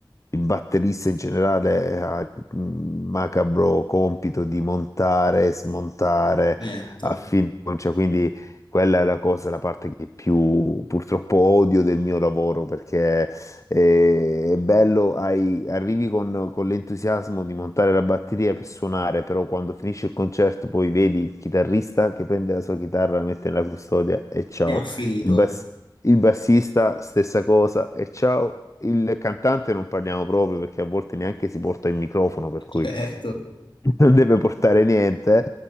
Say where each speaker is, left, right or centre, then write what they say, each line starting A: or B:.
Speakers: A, on the left; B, on the left.
A: il batterista in generale ha il macabro compito di montare, smontare
B: certo.
A: a fiducia, quindi quella è la cosa, la parte che più purtroppo odio del mio lavoro, perché eh, è bello, hai- arrivi con, con l'entusiasmo di montare la batteria per suonare, però quando finisce il concerto poi vedi il chitarrista che prende la sua chitarra, la mette nella custodia e ciao.
B: E ha finito,
A: Il, bas- il bassista, stessa cosa. E ciao, il cantante non parliamo proprio perché a volte neanche si porta il microfono,
B: <laughs>
A: per cui
B: certo,
A: <laughs> non deve portare niente.